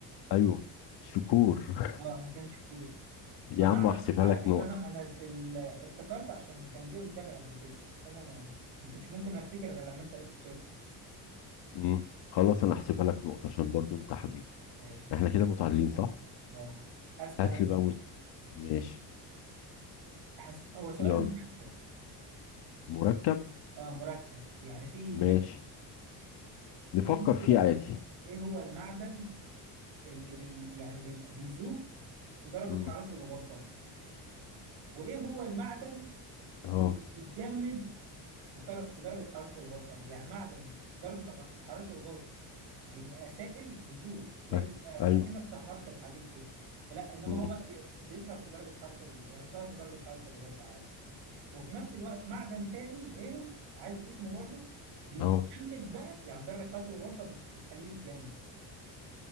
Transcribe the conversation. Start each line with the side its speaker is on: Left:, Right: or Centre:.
Left: ايوه شكور <laughs>
Right: اه هكان شهور
Left: يا
Right: أنا
Left: عم
Right: أعرف
Left: احسبها
Right: على
Left: لك
Right: فكرة
Left: نقطة
Right: أنا أنا ز- ال... افتكرت عشان كان جه قدامي قبل كده بس أنا ما ما كنتش ممكن أفتكر غير لما أنت قلت تركي
Left: امم خلاص انا احسبها لك نقطة عشان برضو انت حبيبي
Right: ماشي
Left: احنا كده متعادلين صح
Right: اه هسأل
Left: هات
Right: أنا
Left: لي بقى
Right: بقى.
Left: مز... ماشي
Right: هسأل هو سؤال
Left: يلا
Right: مركب
Left: مركب
Right: اه مركب يعني في
Left: ماشي
Right: إجابة
Left: نفكر
Right: ايه اللي
Left: فيه
Right: هو
Left: عادي
Right: ايه هو المعدن اللي بي يعني بيبقى بيذوب في درجة
Left: امم
Right: حرارة الغرفة وايه هو المعدن
Left: اهو
Right: اللي بيتجمد في در- في درجة حرارة الغرفة يعني معدن في درجة ح- حرارة الغرفة بيبقى سائل بيذوب زي
Left: أي-
Right: بيبقى
Left: ايوه
Right: اكنك سهرت الحديد كده لا انما
Left: امم
Right: هو بقى بيتص- بيسهر في درجة حرارة ال- ينصهر في درجة حرارة الغرفة عادي وفي نفس الوقت معدن تاني غيره عايز اسمه برضه بيتجمد
Left: اهو
Right: بقى يعني درجة حرارة الغرفة بت- بتخليه يتجمد